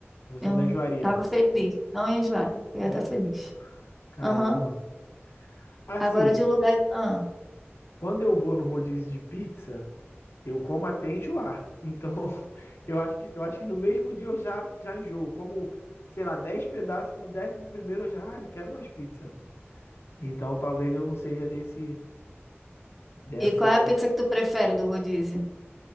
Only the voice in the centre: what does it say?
eu
não
tava feliz. Não ia enjoar. Eu
ia estar feliz.
Aham.
Agora de lugar. Ah.
E qual é a pizza que tu prefere do rodízio?